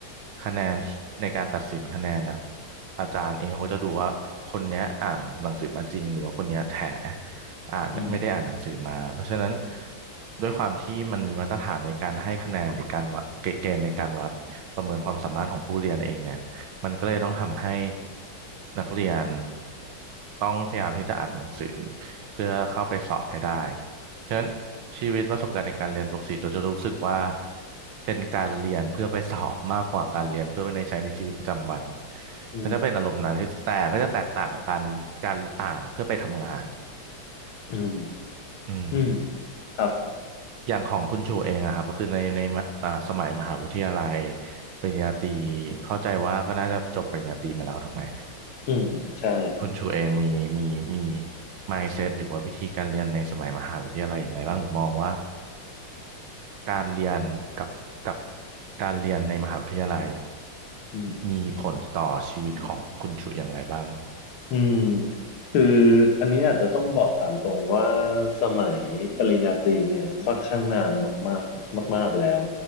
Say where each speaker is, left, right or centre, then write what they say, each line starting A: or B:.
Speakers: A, on the right; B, on the left.
A: คะแนนที่ในการตัดสินคะแนนนะอาจารย์เองเขาก็จะดูว่าคนเนี้ยอ่านหนังสือมาจริงหรือว่าคนเนี้ยแถอ่านไม่ได้อ่านหนังสือมาเพราะฉะนั้น
B: อืม
A: ด้วยความที่มันมีมาตรฐานในการให้คะแนนหรือการวัดเกณฑ์ในการวัดประเมินความสามารถของผู้เรียนเองเนี่ย มันก็เลยต้องทำให้นักเรียนต้องพยายามที่จะอ่านหนังสือเพื่อเข้าไปสอบให้ได้ฉะนั้นชีวิตประสบการณ์ในการเรียนปกติเราจะรู้สึกว่าเป็นการเรียนเพื่อไปสอบมากกว่าการเรียนเพื่อไปในใช้ในชีวิตประจำวัน
B: อืม
A: ก็จะเป็นอารมณ์นั้นที่แต่ก็จะแตกต่างกับการการอ่านเพื่อไปทำงาน
B: อืม
A: อืม
B: อืมครับ
A: อย่างของคุณชูเองอะครับก็คือในในอ่าสมัยมหาวิทยาลัยปริญญาตรีเข้าใจว่าก็น่าจะจบปริญญาตรีมาแล้วถูกไหม
B: อืมใช่
A: คุณชูเองมีมีมี mindset หรือว่าวิธีการเรียนในสมัยมหาวิทยาลัยอย่างไรบ้างหรือมองว่าการเรียนกับกับการเรียนในมหาวิทยาลัย
B: อืม
A: มีผลต่อชีวิตของคุณชูอย่างไรบ้าง
B: อืมคืออันนี้อาจจะต้องบอกตามตรงว่าสมัยปริญญาตรีเนี่ยค่อนข้างนานมากๆมากๆแล้ว